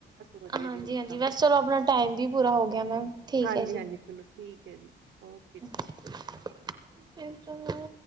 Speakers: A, on the right (about 65°); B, on the right (about 20°).
A: ਵਧੀਆ
B: ਹਾਂਜੀ-ਹਾਂਜੀ
A: ਜੀ ਹੋਰ ਤਾਂ
B: ਬਸ ਚਲੋ ਆਪਣਾ ਟਾਈਮ ਵੀ ਪੂਰਾ ਹੋ ਗਿਆ ਮੈਮ ਠੀਕ
A: ਹਾਂਜੀ
B: ਐ ਜੀ।
A: ਹਾਂਜੀ ਚਲੋ ਠੀਕ ਏ ਜੀ ਓ
B: <inaudible>